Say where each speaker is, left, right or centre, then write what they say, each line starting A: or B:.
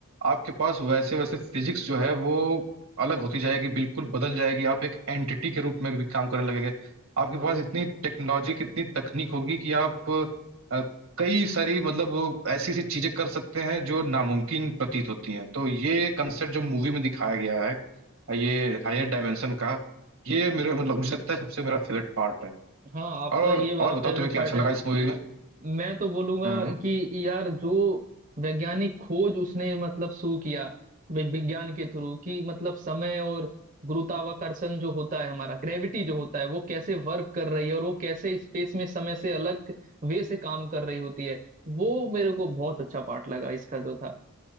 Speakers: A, on the right; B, on the right.
A: आपके पास वैसे वैसे फिजिक्स जो है वो अलग होती जाएगी बिल्कुल बदल जाएगी आप एक एंटिटी के रूप में भी काम करने लगेंगे आपके
B: अरे
A: पास इतनी टेक्नोलॉजी कितनी तकनीक होगी कि आप अ, कई सारी मतलब ऐसी ऐसी चीजें कर सकते हैं जो नामुमकिन प्रतीत होती हैं तो ये कंसेप्ट जो मूवी में दिखाया गया है ये हायर डायमेंशन का ये मेरे मतलब मुझे लगता है सबसे मेरा फेवरेट पार्ट है
B: हाँ आपका
A: और
B: ये वाला
A: और बताओ
B: फेवरेट
A: तुम्हें क्या
B: पार्ट
A: अच्छा लगा
B: है
A: इस मूवी में
B: मैं तो बोलूंगा
A: हम्म
B: कि यार जो वैज्ञानिक खोज उसने मतलब शो किया वि- विज्ञान के थ्रू कि मतलब समय और गुरुत्वाकर्षण जो होता है हमारा ग्रेविटी जो होता है वो कैसे वर्क कर रही है और वो कैसे स्पेस में समय से अलग वे से काम कर रही होती है वो मेरे को बहुत अच्छा पार्ट लगा इसका जो था